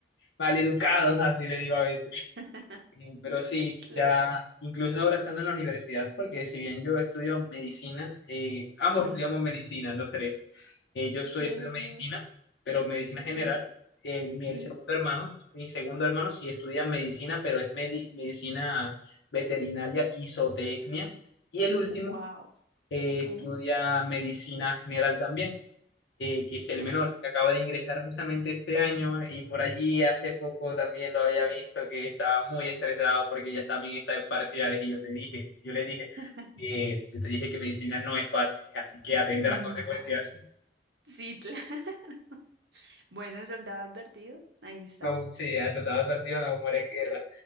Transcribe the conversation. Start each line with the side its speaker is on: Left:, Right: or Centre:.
Left: maleducados, así le digo a veces.
Right: <laughs>
Left: Eh, pero sí,
Right: Claro.
Left: ya incluso ahora estando en la universidad, porque si bien yo estudio medicina, eh, ambos
Right: Sí.
Left: estudiamos medicina, los tres. Eh, yo soy
Right: ¿Qué?
Left: estudio medicina, pero medicina
Right: Ok.
Left: general. Eh, mi
Right: Sí.
Left: el segundo hermano, mi segundo hermano sí estudia medicina, pero es medi- medicina veterinaria y zootecnia. Y el último
Right: Wow.
Left: eh,
Right: Ok.
Left: estudia medicina general también eh, que es el
Right: Ok.
Left: menor, que acaba de ingresar justamente este año y por allí hace poco también lo había visto que estaba muy estresado porque ya también está en parciales y yo te dije, yo le dije,
Right: <laughs>
Left: eh, yo te dije que medicina no es fácil, así que atente
Right: No.
Left: a las consecuencias.
Right: Sí, claro. <laughs> Bueno, soldado advertido. Ahí está.
Left: No, sí, a soldado partido no muere en guerra.